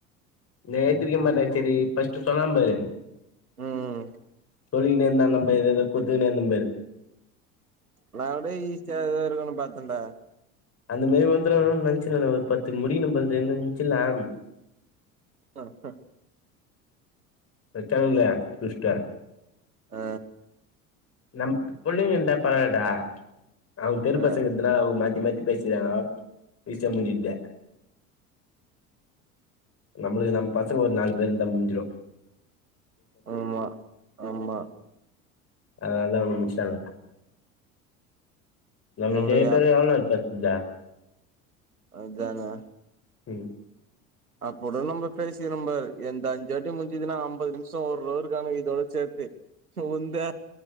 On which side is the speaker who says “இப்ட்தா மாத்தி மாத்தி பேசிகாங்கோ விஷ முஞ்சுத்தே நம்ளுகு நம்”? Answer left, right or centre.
Left